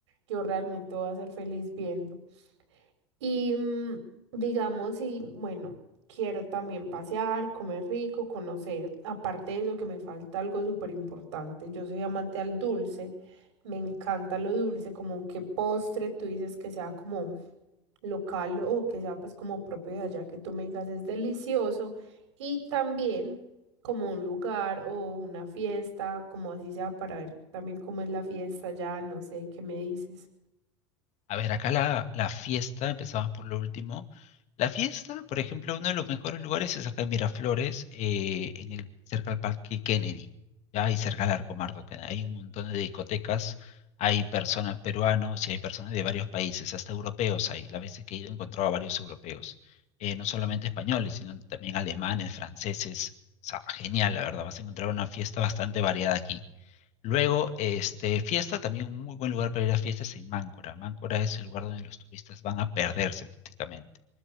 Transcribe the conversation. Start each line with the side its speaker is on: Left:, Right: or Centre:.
Right: yo realmente voy a ser feliz viendo. Y mm, digamos, y bueno, quiero también pasear, comer rico, conocer. Aparte de eso, que me falta algo súper importante. Yo soy amante al dulce. Me encanta lo dulce, como qué postre tú dices que sea como local o que sea pues como propio de allá que tú me digas es delicioso y también como un lugar o una fiesta, como así sea para ver también cómo es la fiesta ya, no sé, ¿qué me dices?
Left: A ver, acá la, la fiesta, empezamos por lo último. La fiesta, por ejemplo, uno de los mejores lugares es acá en Miraflores, eh, en el, cerca al Parque Kennedy, ¿ya? Y cerca al Arco Mardo, que hay un montón de discotecas, hay personas peruanos y hay personas de varios países, hasta europeos hay. Las veces que he ido he encontrado a varios europeos, eh, no solamente españoles, sino también alemanes, franceses. O sea, genial, la verdad, vas a encontrar una fiesta bastante variada aquí. Luego, este, fiesta, también un muy buen lugar para ir a fiestas en Máncora. Máncora es el lugar donde los turistas van a perderse prácticamente,